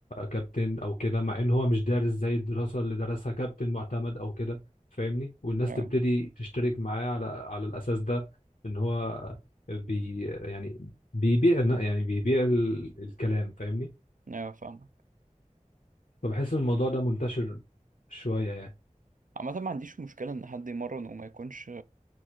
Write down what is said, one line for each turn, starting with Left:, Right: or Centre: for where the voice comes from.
Left: كابتن او كده مع ان هو مش دارس زي الدراسه اللي درسها كابتن معتمد او كده فاهمني والناس
Right: اه
Left: تبتدي تشترك معاه على على الاساس ده ان هو بي يعني بيبيع يعني بيبيع ال- الكلام فاهمني
Right: اه فاهمك
Left: فبحس ان الموضوع ده منتشر شوية يعني
Right: عامة ما عنديش مشكلة إن حد يمرن وما يكونش